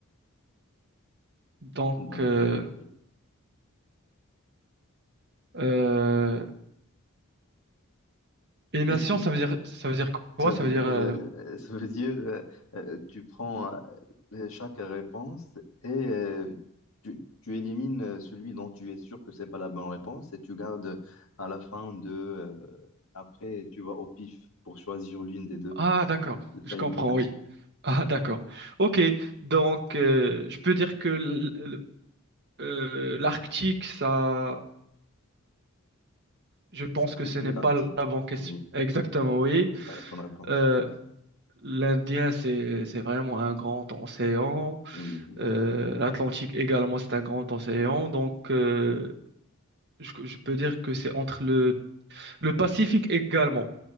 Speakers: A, on the right; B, on the left.
A: Donc,
B: Donc,
A: euh,
B: euh, Oui.
A: euh, élimination,
B: est-ce que c-
A: ça veut dire, ça veut dire quoi?
B: ça
A: Ça
B: veut
A: veut
B: dire,
A: dire... euh,
B: euh, ça veut dire, euh, euh, tu prends euh, chaque réponse et euh, tu, tu élimines euh, celui dont tu es sûr que c'est pas la bonne réponse et tu gardes à la fin de, euh, après, tu vas au pif pour choisir l'une des deux
A: Ah, d'accord.
B: de sa
A: Je comprends,
B: élimination.
A: oui. <laughs> Ah, d'accord. Ok. Donc, euh, je peux dire que l- l- euh, l'Arctique, ça... Je pense
B: C'est
A: que
B: petit
A: ce n'est
B: l'article.
A: pas la bonne question.
B: Oui,
A: Exactement, oui.
B: c'est pas la bonne réponse.
A: Euh, L'Indien, c'est, c'est vraiment un grand océan.
B: Oui.
A: Euh, l'Atlantique également, c'est un grand océan. Donc, euh, je, je peux dire que c'est entre le, le Pacifique également.